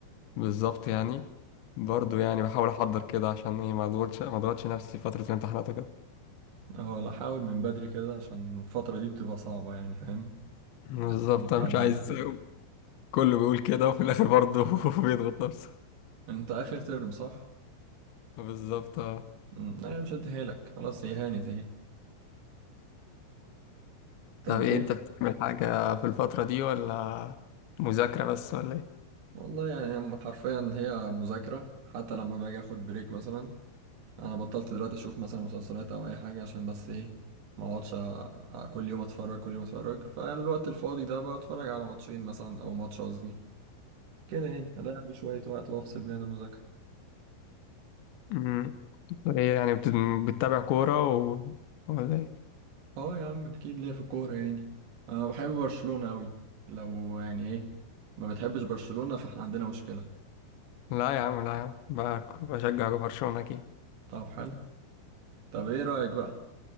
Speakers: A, on the left; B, on the right.
A: بالظبط يعني برضو يعني بحاول احضر كده عشان ايه ما اضغطش ما اضغطش نفسي في فتره الامتحانات وكده
B: اه لا حاول من بدري كده عشان الفترة دي بتبقى صعبة يعني فاهم؟
A: بالظبط
B: إنك
A: انا
B: تعدي
A: مش عايز
B: على خير
A: كله بيقول كده وفي الاخر برضو <laughs> بيضغط نفسه
B: انت اخر ترم صح؟
A: بالظبط آه.
B: امم، لا هي مش هديهالك خلاص هي هانت اهي طب
A: طب ايه
B: ايه؟
A: انت بتعمل حاجه في الفتره دي ولا مذاكره بس ولا
B: والله يعني أما حرفيا هي مذاكرة حتى لما باجي اخد بريك مثلا انا بطلت دلوقتي اشوف مثلا مسلسلات او اي حاجه عشان بس ايه ما اقعدش أ- أ- كل يوم اتفرج كل يوم اتفرج فالوقت الفاضي ده بتفرج على ماتشين مثلا او ماتش قصدي كده يعني اضيع بيه شويه وقت وافصل بيه عن المذاكره
A: ايه ايه يعني بت- بتتابع كورة و... ولا ايه
B: اه يا عم اكيد ليا في الكوره يعني انا بحب برشلونه قوي لو يعني ايه ما بتحبش برشلونه فاحنا عندنا مشكله
A: لا يا عم لا يا عم بك- بشجع برشلونة اكيد
B: طب حلو طب ايه رايك بقى